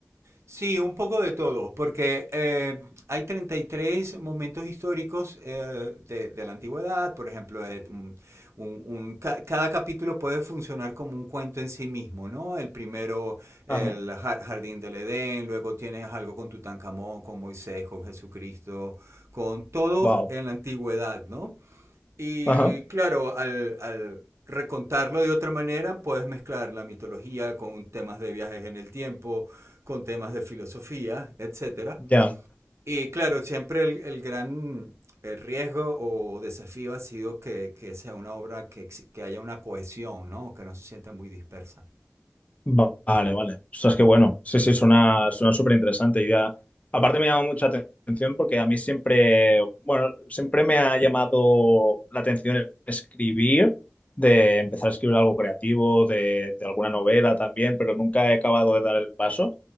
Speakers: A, on the right; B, on the left.
A: Sí, un poco de todo, porque eh, hay 33 momentos históricos eh, de, de la antigüedad, por ejemplo, eh, un- un- un- ca- cada capítulo puede funcionar como un cuento en sí mismo, ¿no? El primero, el
B: Ajá.
A: ja- jardín del Edén, luego tienes algo con Tutankamón, con Moisés, con Jesucristo, con todo
B: Wow.
A: en la antigüedad, ¿no? Y
B: Ajá.
A: claro, al, al recontarlo de otra manera, puedes mezclar la mitología con temas de viajes en el tiempo, con temas de filosofía, etcétera
B: Ya.
A: Y claro, siempre el, el gran el riesgo o desafío ha sido que, que sea una obra que, que, haya una cohesión, ¿no? Que no se sienta muy dispersa.
B: Va- Vale, vale. Ostras, qué bueno. Sí, sí, suena, suena súper interesante. Y ya- aparte me llama mucha atención porque a mí siempre, bueno, siempre me ha llamado la atención escribir, de empezar a escribir algo creativo, de, de alguna novela también, pero nunca he acabado de dar el paso.